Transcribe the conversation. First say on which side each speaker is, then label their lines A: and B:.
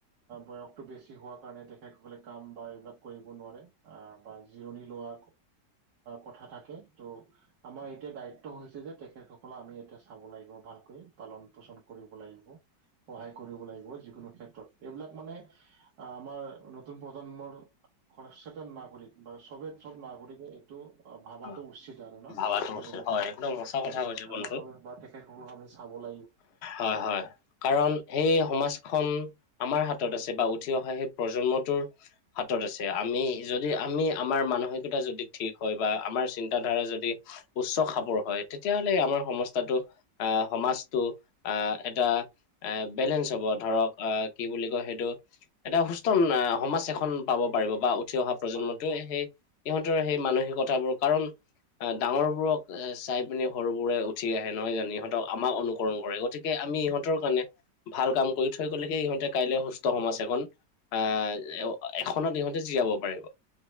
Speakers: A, on the right; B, on the left.
A: বয়সটো বেছি হোৱা কাৰণে তেখেতসকলে কাম বা এইবিলাক কৰিব নোৱাৰে। বা জিৰণি লোৱা কথা থাকে তো। ' আমাৰ এতিয়া দায়িত্ব হৈছে যে তেখেতসকলক আমি এতিয়া চাব লাগিব ভালকৈ পালন পোষণ কৰিব লাগিব। সহায় কৰিব লাগিব যিকোনো ক্ষেত্ৰত এইবিলাক মানে। আমাৰ নতুন প্ৰজন্মৰ সচেতন নাগৰিক বা চবে, চব নাগৰিকে এইটো অ ভাবাটো
B: হয়
A: উচিত আৰু ন,
B: ভাবাটো
A: ত' যেনেকৈ
B: হয়, একদম সঁচা
A: হয়
B: কথা কৈছে বন্ধু
A: আমাকো বা তেখেতসকলক আমি চাব লাগ
B: হয়, হয় কাৰণ, সেই সমাজখন আমাৰ হাতত আছে বা উঠি অহা সেই প্ৰজন্মটোৰ, হাতত আছে আমি যদি আমি আমাৰ মানসিকতা যদি ঠিক হয় বা আমাৰ চিন্তাধাৰা যদি, উচ্চ খাপৰ হয়, তেতিয়াহ'লে আমাৰ সমস্যাটো আহ, সমাজটো আহ এটা এ বেলেঞ্চ হ'ব ধৰক আহ কি বুলি কয় সেইটো, এটা সুস্থ আহ সমাজ এখন পাব পাৰিব বা উঠি অহা প্ৰজন্মটোৱে
A: হয়
B: সেই, ইহঁতৰ সেই মানসিক কতাবোৰ কাৰণ? অ, ডাঙৰ বোৰক চাই পিনি সৰু বোৰে উঠি আহে নহয় জানো ইহত আমাক অনুকৰণ কৰে গতিকে আমি ইহঁতৰ কাৰণে, ভাল কাম কৰি থৈ গ'লেকে ইহঁতে কাইলৈ সুস্থ সমাজ এখন, আহ এখনৰ ইহতে জীয়াব পাৰিব।